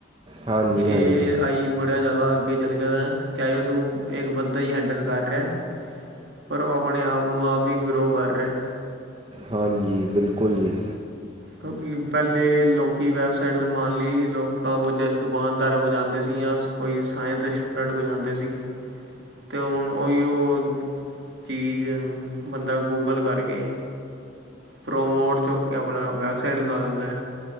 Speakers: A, on the right; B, on the right.
A: ਹਾਂਜੀ
B: ਕਿਉਕਿ
A: ਹਾਂਜੀ
B: ਏ ਆਈ ਬੜਾ ਜਾਦਾ ਅੱਗੇ ਚੱਲ ਗਿਆ ਵ, ਚਾਏ ਉਨੂੰ ਏਕ ਬੰਦਾ ਹੀ ਹੈਂਡਲ ਕਰ ਰਿਆ, ਪਰ ਓ ਅਪਣੇ ਆਪ ਨੂੰ ਆਪ ਹੀ ਗਰੋ ਕਰ ਰਿਆ।
A: ਹਾਂਜੀ, ਬਿਲਕੁਲ ਜੀ।
B: ਕਿਉਂਕਿ ਪੈਲੇ ਲੋਕੀ ਵੈਬਸਾਈਟ ਬਨਵਾਨ ਲੀ ਲੋਕਾਂ ਕੋਲ ਜੈਂਜ ਦੁਕਾਨਦਾਰਾਂ ਕੋਲ ਜਾਂਦੇ ਸੀ ਯਾਂ - ਕੋਈ ਸਾਇੰਸ ਦੇ ਸਟੂਡੈਂਟ ਕੋਲ ਜਾਂਦੇ ਸੀ। ਤੇ ਹੁਣ ਉਈਓ ਚੀਜ਼ ਬੰਦਾ ਗੂਗਲ ਕਰਕੇ ਪ੍ਰੋਮੋਡ ਚੁੱਕ ਕੇ ਅਪਣਾ ਵੈਬਸਾਈਟ ਬਣਾ ਲੈਂਦਾ।